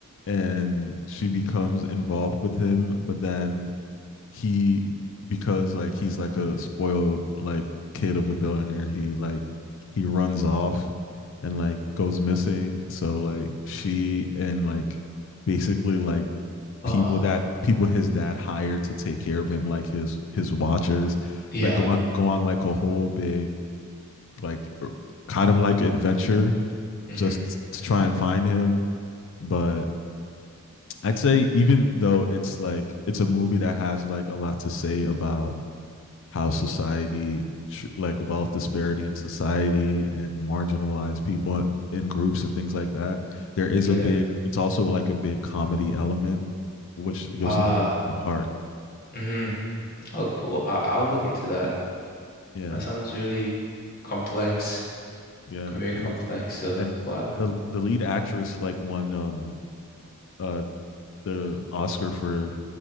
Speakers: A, on the left; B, on the left.
A: And she becomes involved with him, but then he because like he's like a spoiled like kid of a billionaire, he like he runs off and like goes missing. So like she and like basically like
B: Uh,
A: people that people his dad hired to take care of him, like his his watchers,
B: yeah.
A: like go on go on like a whole big like er, kind of like adventure
B: hmm
A: just to try and find him. But I'd say even though it's like it's a movie that has like a lot to say about how society like wealth disparity in society and marginalized people in groups and things like that there is
B: Yeah.
A: a big it's also like a big comedy element which
B: Uh,
A: gives them a lot of heart
B: hmm Oh, cool. I, I'll look into that.
A: yeah
B: That sounds really complex,
A: yeah
B: very
A: and
B: complex uh
A: and
B: plot.
A: the the lead actress like won um uh the Oscar for